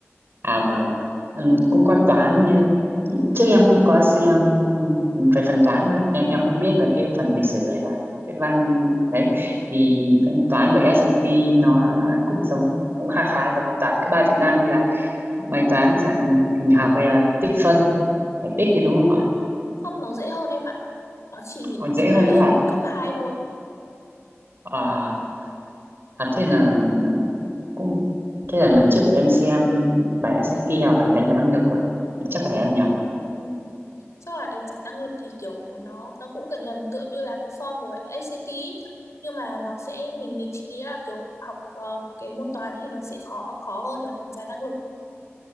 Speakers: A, on the right; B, on the left.
A: à vâng Ừm,
B: Ừ.
A: cũng có toán như trước em cũng có xem về phần toán thôi em em không biết về cái phần lịch sử hay là cái văn đấy thì phần toán của SAT nó cũng giống cũng khá khá giống toán các bài Việt Nam như là các bài toán dạng hình học hay là tích phân giải tích đấy đúng không ạ
B: không nó dễ hơn em ạ nó chỉ
A: còn
B: dừng
A: dễ hơn
B: lại
A: nữa
B: ở
A: à
B: mức cấp 2 thôi
A: à, à thế là cũng thế là lần trước thì em xem bài SAT hoặc là đánh giá năng lực rồi chắc có thể em nhầm
B: Ừ. sau là đánh giá năng lực thì kiểu nó nó cũng gần gần tựa như là cái form của SAT ý. nhưng mà nó sẽ mình nghĩ chị nghĩ là kiểu học ờ, cái môn toán thì nó sẽ khó khó hơn ở đánh giá năng lực